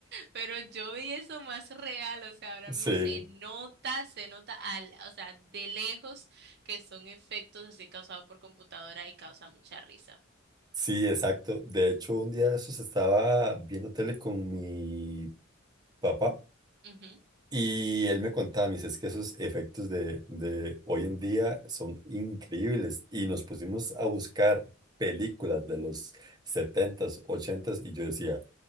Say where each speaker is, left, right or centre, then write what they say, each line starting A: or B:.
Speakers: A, on the right; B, on the right.
A: Pero yo vi eso más real, o sea, ahora
B: Sí,
A: mismo se nota, se nota al, o sea, de lejos que son efectos así causados por computadora y causa mucha risa.
B: sí, exacto. De hecho, un día de esos estaba viendo tele con mi papá
A: Ujú.
B: Y él me contaba, me dice, es que esos efectos de, de hoy en día son increíbles. Y nos pusimos a buscar películas de los setentas, ochentas y yo decía,